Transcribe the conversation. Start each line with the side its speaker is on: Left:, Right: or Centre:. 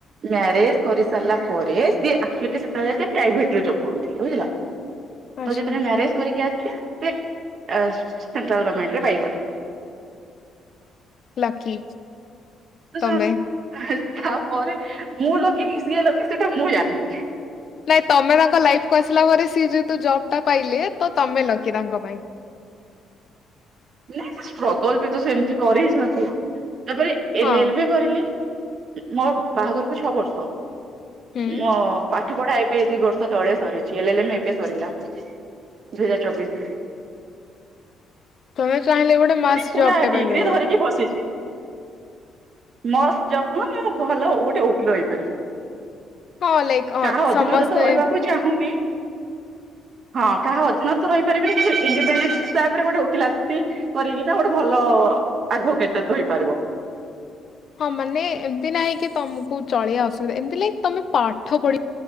Right: ମ୍ୟାରେଜ କରି ସାରିଲା ପରେ ସିଏ ଏକ୍ଚ୍ୟଅଲି ସେତେବେଳେ ପ୍ରାଇଭେଟରେ ଜବ କରୁଥିଲେ। ତ
Left: ଆଚ୍ଛା।
Right: ଯେତେ ବେଳେ ମ୍ୟାରେଜ କରିକି ଆସିଛି ସେଣ୍ଟ୍ରାଲ ଗଭର୍ମେଣ୍ଟରେ ପାଇଗଲି।
Left: ଲକି।
Right: <inaudible> କାହାରି
Left: ତମେ
Right: ୟା ପରେ ମୁଁ ଲକିନି ସିଏ ଲକି ସେଟା ମୁଁ ଜାଣେ
Left: ନାଇଁ ତମେ ତାଙ୍କ ଲାଇଫ କୁ ଆସିଲା ପରେ ସିଏ ଯେହେତୁ ଜବଟା ପାଇଲେ ତ ତମେ ଲକି ତାଙ୍କ ପାଇଁ
Right: ନାଇଁ ସେ ଷ୍ଟ୍ରଗଲ ବି ତ ସେମିତି କରିଛନ୍ତି ତାପରେ
Left: ହଁ
Right: ଏଲ ଏଲ ବି କରିଲେ ମୋ ବାହାଘରକୁୁ ଛଅ ବର୍ଷ
Left: ହୁଁ
Right: ମୋ ପା ପାଠ ପଢା ଏବେ ଦିଇ ବର୍ଷ ତଳେ ସରିଛି ଏଲ ଏଲ ଏମ ଏବେ ସରିଲା ଦୁଇ ହଜାର ଚବିଶି ରେ
Left: ତମେ ଚାହିଁଲେ ଗୋଟେ ମସ୍ତ
Right: ମାନେ ପୁରା
Left: ଜବ ଟା
Right: ଡିଗ୍ରୀ
Left: ପାଇଁ ପାରିବ
Right: ଧରିକି ବସିଛି ମସ୍ତ ଜବ ନ ମୁଁ ଭଲ ଗୋଟେ ଓକିଲ ହେଇପାରିବି
Left: ହଁ ଲାଇକ୍ ହଁ
Right: କାହା ଅଧୀନରେ
Left: ସମସ୍ତେ
Right: ତ ରହିବାକୁ ଚାହୁଁନି ହଁ କାହା ଅଧୀନ ତ ରହି ପାରିବିନି କି ଇଣ୍ଡିପେଣ୍ଡେଣ୍ଟ ତାପରେ ଗୋଟେ ଓକିଲ <inaudible> କରିକି ଗୋଟେ ଭଲ ଆଡ଼ଭୋକେଟଟା ତ ହେଇପାରିବ
Left: ହଁ ମାନେ ଏମତି ନାହିଁ କି ତମକୁ ଚଳିବା ଅସୁବିଧା ଏମିତି ଲାଇକ ତମେ ପାଠ ପଢ଼ି